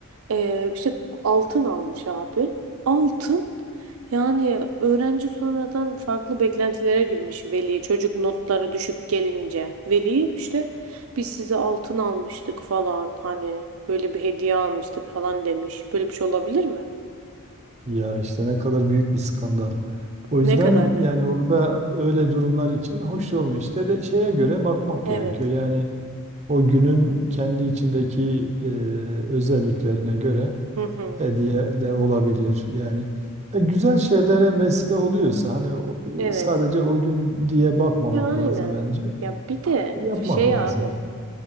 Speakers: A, on the right (about 65°); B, on the right (about 30°).
A: e, işte altın almış abi. Altın. Yani öğrenci sonradan farklı beklentilere girmiş veli. Çocuk notları düşük gelince. Veli işte biz size altın almıştık falan hani böyle bir hediye almıştık falan demiş. Böyle bir şey olabilir mi?
B: Ya işte ne kadar büyük bir skandal. O yüzden
A: Ne kadar ne?
B: yani orada öyle durumlar için hoş olmuş. İşte de şeye göre bakmak
A: Evet.
B: gerekiyor. Yani O günün kendi içindeki e, özelliklerine göre
A: Hı hı.
B: hediyeler olabilir. Yani ya güzel şeylere vesile oluyorsa hani o-
A: Evet.
B: e, sadece o gün diye bakmamak
A: Ya aynen.
B: lazım bence.
A: Ya bir de
B: E, Yapmak
A: şey
B: lazım
A: abi.
B: yani.